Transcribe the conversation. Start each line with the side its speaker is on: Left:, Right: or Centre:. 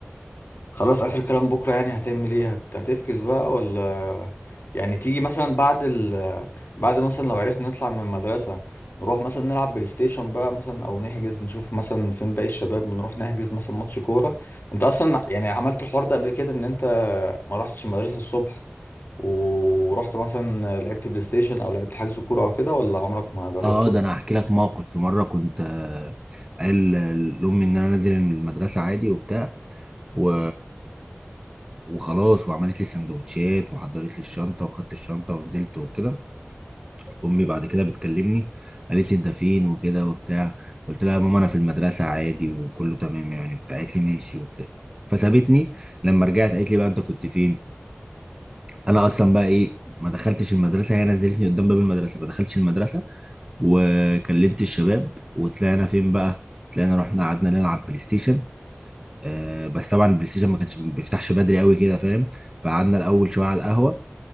Left: خلاص اخر كلام بكره يعني هتعمل ايه هت... هتفكس بقى ولا يعني تيجي مثلا بعد ال... بعد مثلا لو عرفنا نطلع من المدرسه نروح مثلا نلعب بلاي ستيشن بقى مثلا او نحجز نشوف مثلا فين باقي الشباب ونروح نحجز مثلا ماتش كوره انت اصلا يعني عملت الحوار ده قبل كده ان انت ما رحتش المدرسه الصبح ورحت مثلا لعبت بلاي ستيشن او لعبت حجز كوره او كده ولا عمرك ما جربته
Right: اه ده انا هحكي لك موقف في مره كنت آه، قايل لامي ان انا نازل من المدرسه عادي وبتاع و... وخلاص وعملت لي سندوتشات وحضرت لي الشنطه وخدت الشنطه ونزلت وكده امي بعد كده بتكلمني قالت لي انت فين وكده وبتاع قلت لها يا ماما انا في المدرسه عادي وكله تمام يعني بتاع قالت لي ماشي وبتاع فسابتني لما رجعت قالت لي بقى انت كنت فين انا اصلا بقى ايه ما دخلتش المدرسه هي نزلتني قدام باب المدرسه ما دخلتش المدرسه وكلمت الشباب وطلعنا فين بقى طلعنا رحنا قعدنا نلعب بلاي ستيشن آه بس طبعا البلاي ستيشن ما كانش ما بيفتحش بدري قوي كده فاهم فقعدنا الاول شويه على القهوه